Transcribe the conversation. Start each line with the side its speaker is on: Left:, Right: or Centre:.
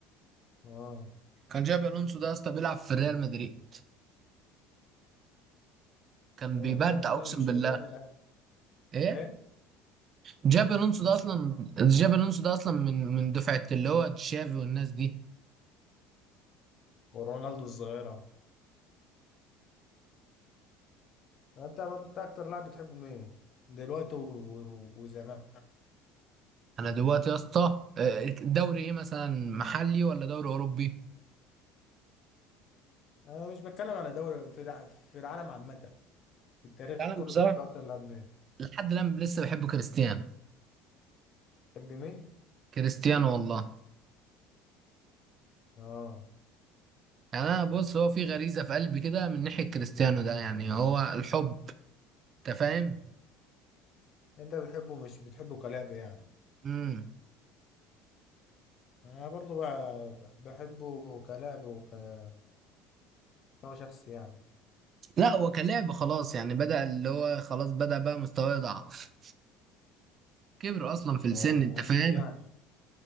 Left: اه
Right: كان جابي الونسو ده اصلا بيلعب في الريال مدريد كان بيبدع
Left: ممكن
Right: اقسم
Left: انا مش
Right: بالله
Left: فاكر انا العيال
Right: ايه
Left: ايه
Right: جابي الونسو ده
Left: مش
Right: اصلا جابي الونسو ده اصلا من من دفعة اللي هو تشافي والناس دي
Left: ورونالدو الظاهرة انت ما انت اكتر لاعب بتحبه مين دلوقتي و... و... وزمان
Right: انا دلوقتي يا اسطى آه، دوري ايه مثلا محلي ولا دوري اوروبي
Left: انا مش بتكلم على دوري في الع... في العالم عامة في التاريخ
Right: انا
Left: كله
Right: بصراحه
Left: بتحب اكتر لاعب مين
Right: لحد الان لسه بحب كريستيانو
Left: بتحب مين
Right: كريستيانو والله
Left: اه
Right: يعني انا بص هو في غريزه في قلبي كده من ناحيه كريستيانو ده يعني هو الحب انت فاهم
Left: انت بتحبه مش بتحبه كلاعب يعني
Right: امم
Left: انا برضو ب- بحبه كلاعب وكمستوى شخصي يعني
Right: لا هو كلاعب خلاص يعني بدأ اللي هو خلاص بدأ بقى مستواه يضعف كبر اصلا في السن
Left: هو
Right: انت
Left: اكيد
Right: فاهم
Left: يعني